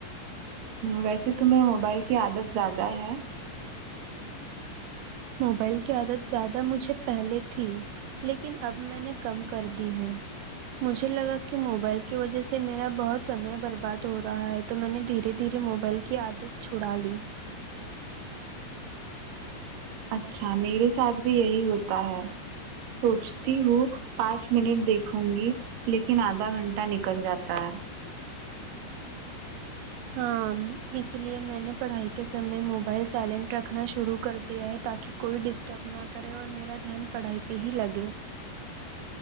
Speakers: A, on the right; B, on the right.
A: ویسے تمہیں موبائل کی عادت زیادہ ہے
B: موبائل کی عادت زیادہ مجھے پہلے تھی لیکن اب میں نے کم کر دی ہے مجھے لگا کہ موبائل کی وجہ سے میرا بہت سمے برباد ہو رہا تو میں نے دھیرے دھیرے موبائل کی عادت چھڑا لی
A: اچھا میرے ساتھ بھی یہی ہوتا ہے سوچتی ہوں پانچ منٹ دیکھوں گی لیکن آدھا گھنٹہ نکل جاتا ہے
B: ہاں اس لیے میں نے پڑھائی کے سمے موبائل سائلنٹ رکھنا شروع کر دیا ہے تاکہ کوئی ڈسٹرب نہ کرے اور میرا دھیان پڑھائی پہ ہی لگے